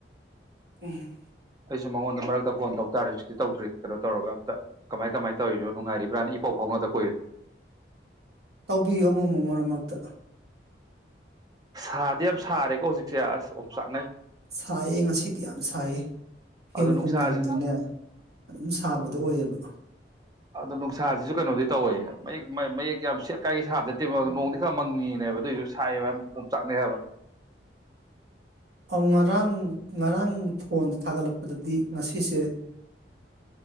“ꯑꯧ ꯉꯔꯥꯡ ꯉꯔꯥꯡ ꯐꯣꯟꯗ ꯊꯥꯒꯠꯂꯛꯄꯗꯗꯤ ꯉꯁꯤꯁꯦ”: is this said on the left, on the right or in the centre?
Right